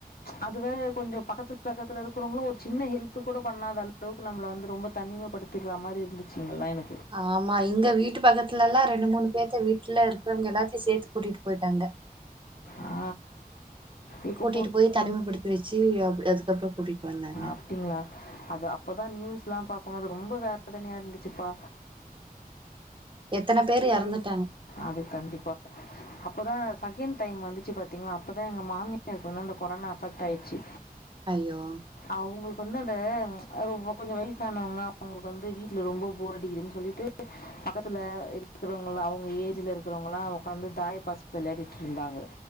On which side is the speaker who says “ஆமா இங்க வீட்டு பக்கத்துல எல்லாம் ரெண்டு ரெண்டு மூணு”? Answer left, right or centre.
Right